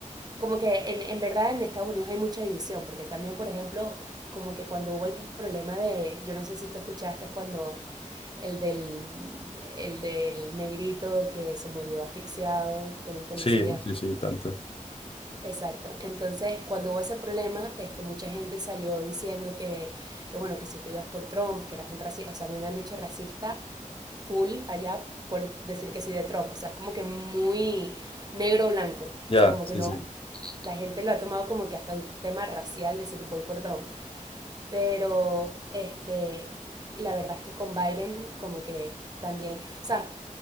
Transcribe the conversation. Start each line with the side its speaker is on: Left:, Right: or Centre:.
Right: como que en, en verdad en Estados Unidos hay mucha división, porque también, por ejemplo, como que cuando hubo el problema de, yo no sé si tú escuchaste, cuando el del, el del negrito que se murió asfixiado por un policía.
Left: Sí, sí, sí, tanto.
Right: Exacto. Entonces, cuando hubo ese problema, este, mucha gente salió diciendo que, que, bueno, que si tú ibas por Trump, que eras un racista, o sea, a mí me han dicho racista full allá por decir que soy de Trump, o sea, es como que muy negro o blanco, o
Left: Ya,
Right: sea, como
Left: sí,
Right: que no,
Left: sí.
Right: la gente lo ha tomado como que hasta un tema racial decir voy por Trump, pero este, la verdad es que con Biden como que también, o sea,